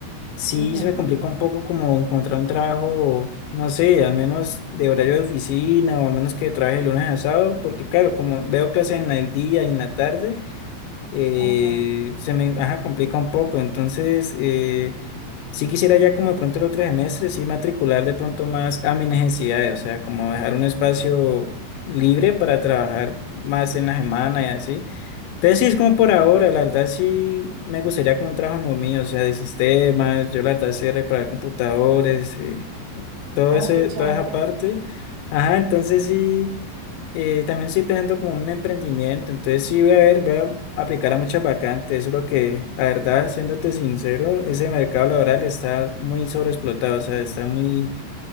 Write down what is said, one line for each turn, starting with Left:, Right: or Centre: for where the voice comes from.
Left: sí
Right: Ujú,
Left: se me complica un poco como encontrar un trabajo, no sé, al menos de horario de oficina o al menos que trabaje de lunes a sábado, porque claro, como veo clases en la- el día y en la tarde eh,
Right: Ok,
Left: se me ajá, complica un poco. Entonces, eh, sí quisiera ya como de pronto el otro semestre, sí matricular de pronto más a mis necesidades, o sea, como dejar un espacio libre para trabajar más en la semana y así. Entonces, sí, es como por ahora, la verdad sí me gustaría como un trabajo en lo mío, o sea, de sistemas, yo la verdad sé reparar computadores, eh, todo
Right: ah,
Left: ese,
Right: qué chévere,
Left: toda esa parte. Ajá, entonces sí. Eh, también estoy pensando como un emprendimiento, entonces sí voy a ver, voy a aplicar a muchas vacantes, eso es lo que, la verdad, siéndote sincero, ese mercado laboral está muy sobreexplotado, o sea, está muy